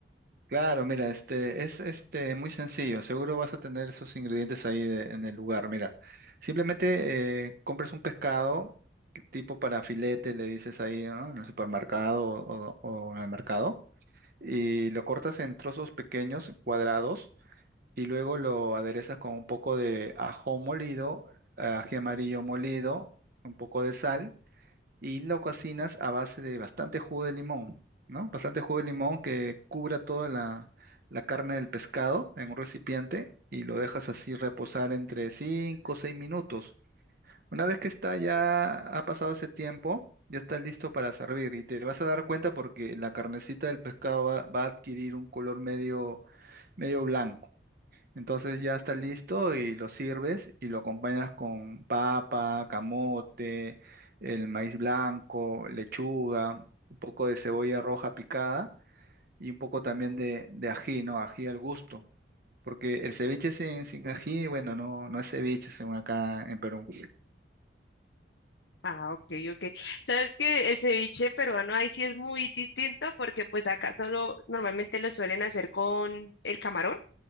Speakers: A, on the right; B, on the left.
A: claro, mira, este es este muy sencillo. Seguro vas a tener esos ingredientes ahí de- en el lugar. Mira, simplemente eh, compras un pescado que tipo para filete, le dices ahí, ¿no? En el supermercado o, o en el mercado, y lo cortas en trozos pequeños, cuadrados y luego lo aderezas con un poco de ajo molido, eh, ají amarillo molido, un poco de sal y lo cocinas a base de bastante jugo de limón, ¿no? Bastante jugo de limón que cubra toda la, la carne del pescado en un recipiente y lo dejas así reposar entre 5 o 6 minutos. Una vez que está ya, ha pasado ese tiempo, ya está listo para servir y te vas a dar cuenta porque la carnecita del pescado va, va a adquirir un color medio, medio blanco entonces ya está listo y lo sirves y lo acompañas con papa, camote, el maíz blanco, lechuga, un poco de cebolla roja picada y un poco también de, de ají, ¿no? Ají al gusto. Porque el ceviche sin, sin ají, bueno, no, no es ceviche según acá en Perú.
B: Ah, ok, ok. Sabes que el ceviche peruano ahí sí es muy distinto porque pues acá solo normalmente lo suelen hacer con el camarón.